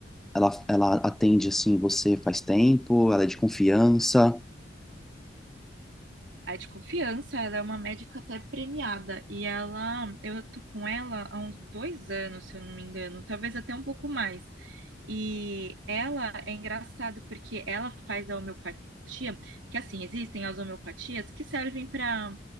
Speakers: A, in the centre; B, on the right.
A: ela, ela atende, assim, você faz tempo, ela é de confiança.
B: A de confiança, ela é uma médica até premiada. E ela, eu tô com ela há uns dois anos, se eu não me engano, talvez até um pouco mais. E ela é engraçado porque ela faz a homeopatia, que assim, existem as homeopatias que servem para